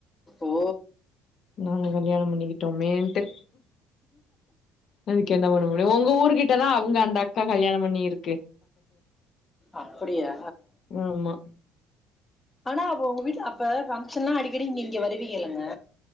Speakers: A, on the left (about 20°); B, on the left (about 55°).
A: ஓ
B: நாங்க கல்யாணம் பண்ணிக்கிட்டோமேன்ட்டு அதுக்கு என்ன பண்ண முடியும் உங்க ஊருக் கிட்டதான் அவங்க அந்த அக்கா கல்யாணம் பண்ணிருக்கு
A: அப்படியா
B: ஆமா.
A: ஆனா அவ அப்ப உங்க வீட்டு அப்ப பங்க்ஷன் எல்லாம் அடிக்கடி இங்க இங்க வருவீங்கல்லங்க